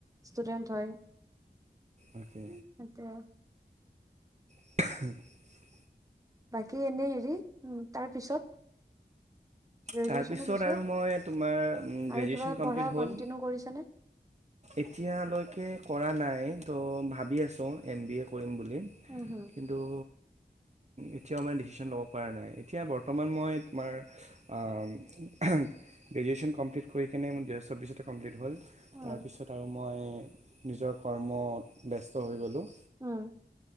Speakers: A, on the right; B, on the right.
A: ষ্টুডেন্ট হয়।
B: অ'কে।
A: সেইটোৱে।
B: <inaudible>
A: বাকী এনে হেৰি উ তাৰ পিছত? গ্ৰেজুৱেচনৰ
B: তাৰপিছত
A: পিছত
B: আৰু মই তোমাৰ
A: আৰু
B: গ্ৰেজুৱেশ্যন
A: কিবা
B: কমপ্লিট
A: পঢ়া
B: হ'ল।
A: কন্টিনিউ কৰিছানে
B: এতিয়ালৈকে কৰা নাই। টো ভাবি আছো এম বি এ কৰিম বুলি।
A: উম হম
B: কিন্তু এতিয়াও মানে ডিচিছন ল'ব পৰা নাই। এতিয়া বৰ্তমান মই তোমাৰ গ্ৰেজুৱেশ্যন কমপ্লিট কৰি কিনে মোৰ দুহেজাৰ চৌব্বিছতে কমপ্লিট হ'ল।
A: উম
B: তাৰপিছত আৰু মই নিজৰ কৰ্মত ব্যস্ত হৈ গলো।
A: উম।